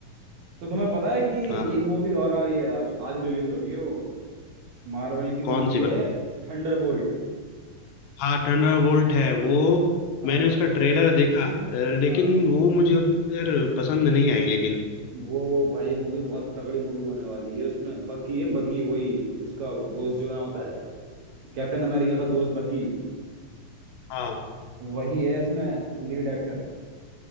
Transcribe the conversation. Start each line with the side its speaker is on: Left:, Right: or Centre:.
Right: तो तुम्हें पता है कि
Left: हाँ
Right: एक मूवी और आ रही है आज आज रिलीज हो रही है वो मार्वल की
Left: कौन
Right: मूवी
Left: सी
Right: है
Left: भाई
Right: थंडरबोल्ट
Left: हाँ थंडरबोल्ट है वो
Right: हाँ
Left: मैंने उसका ट्रेलर देखा अ, लेकिन
Right: हाँ
Left: वो मुझे उतनी यार पसंद नहीं आई लेकिन
Right: वो भाई मूवी बहुत तगड़ी मूवी होने वाली है उसमें बकी है बकी वही उसका दोस्त जो ना होता है कैप्टन अमेरिका का दोस्त बकी
Left: हाँ
Right: वही है इसमें लीड एक्टर